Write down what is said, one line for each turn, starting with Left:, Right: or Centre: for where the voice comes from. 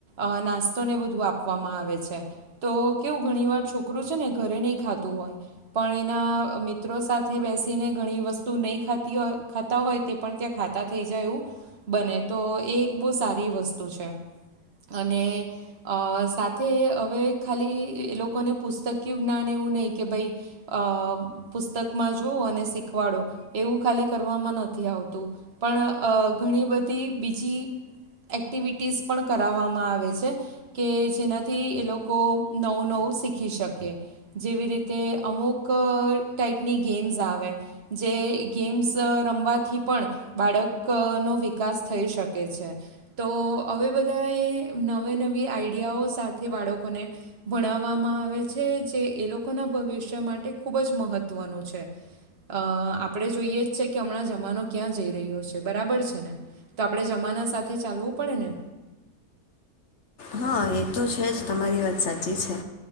Right: અ નાસ્તોને બધું આપવામાં આવે છે. તો કેવું ઘણી વાર છોકરું છે ને ઘરે નહીં ખાતું હોય પણ એના મિત્રો સાથે બેસીને ઘણી વસ્તુ નહીં ખાતી હોય ખાતા હોય તે પણ ત્યાં ખાતા થઈ જાય એવું બને તો એ એક બહુ સારી વસ્તુ છે અને અ સાથે હવે ખાલી એ લોકોને પુસ્તકયુ જ્ઞાન એવું નહીં કે ભાઈ અ પુસ્તકમાં જોઉં અને શીખવાડો એવું ખાલી કરવામાં નથી આવતું. પણ અ ઘણી બધી બીજી એક્ટિવિટીઝ પણ કરાવવામાં આવે છે. કે જેનાથી એ લોકો નવું નવું શીખી શકે. જેવી રીતે અમુક ક ટાઈપની ગેમ્ઝ આવે જે ગેમ્ઝ રમવાથી પણ બાળકનો વિકાસ થઈ શકે છે. તો હવે બધા એ નવે નવી આઈડિયાઓ સાથે બાળકોને ભણાવવામાં આવે છે. જે એ લોકોના ભવિષ્ય માટે ખૂબ જ મહત્વનું છે. અ આપણે જોઈએ જ છે કે હમણાં જમાનો ક્યાં જઈ રહ્યો છે બરાબર છે ને? તો આપણે જમાના સાથે ચાલવું પડે ને?
Left: હા એ તો છે જ તમારી વાત સાચી છે.